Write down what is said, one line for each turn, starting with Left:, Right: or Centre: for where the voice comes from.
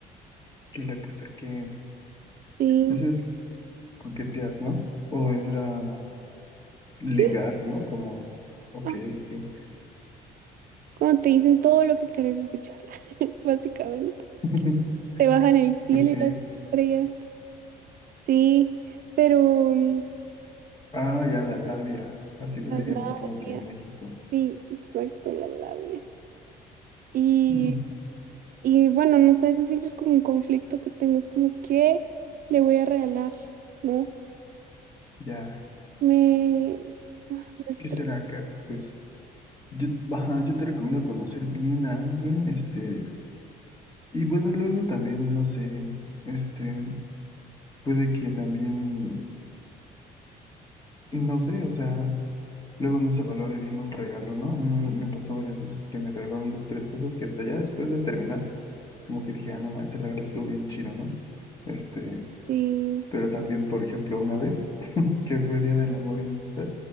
Left: Y la que saqué.
Right: Sí.
Left: Eso es coquetear, ¿no? O era ligar,
Right: Sí,
Left: ¿no? Como, ok,
Right: ah,
Left: sí.
Right: cuando te dicen todo lo que querés escuchar, <laughs> básicamente.
Left: <laughs>
Right: Te bajan el cielo
Left: Ok.
Right: y las estrellas. Sí, pero mm,
Left: Ah, ya la labia. Así le
Right: la
Left: diríamos
Right: labia,
Left: como que en México.
Right: sí, exacto, la labia. Y,
Left: Mm,
Right: y bueno, no sé, ese siempre es como un conflicto que tengo, es como, ¿qué le voy a regalar? ¿No?
Left: Ya,
Right: Me, me estre-
Left: ¿qué será, Kat? Pues yo, ajá, yo te recomiendo conocer bien a alguien, este, y bueno, luego también, no sé, este, puede que también, no sé, o sea, luego no se valore bien un regalo, ¿no? A mí me, me pasó varias veces que me regalaron dos, tres cosas que hasta ya después de terminar, como que dije, ah, no, ma, ese regalo estuvo bien chido, ¿no? Este,
Right: sí,
Left: pero también, por ejemplo, una vez, que fue Día del Amor y la Amistad,